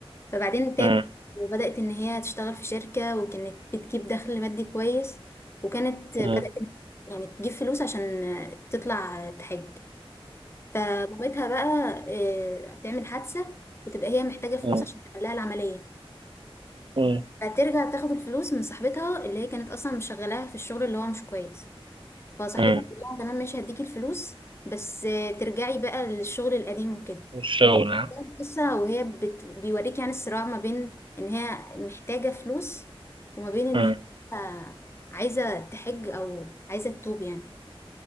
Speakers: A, on the left (about 25°); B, on the right (about 55°).
A: فبعدين تابت
B: مم.
A: وبدأت إن هي تشتغل في شركة وكانت بتجيب دخل مادي كويس وكانت بدأت
B: مم.
A: إن- يعني تجيب فلوس عشان تطلع تحج فمامتها بقى آه، تعمل حادثة وتبقى هي محتاجة فلوس
B: مم.
A: عشان تعمل لها العملية
B: مم.
A: فترجع تاخد الفلوس من صاحبتها اللي هي كانت أصلا مشغلاها في الشغل اللي هو مش كويس فصاحبتها
B: امم
A: بتقول لها تمام ماشي هديكي الفلوس بس آه، ترجعي بقى للشغل القديم وكده
B: الشغل
A: وتبدأ
B: ها
A: بقى القصة وهي بت... بيوريك يعني الصراع ما بين ان هي محتاجة فلوس وما بين ان
B: امم
A: هي آه، عايزة تحج او عايزة تتوب يعني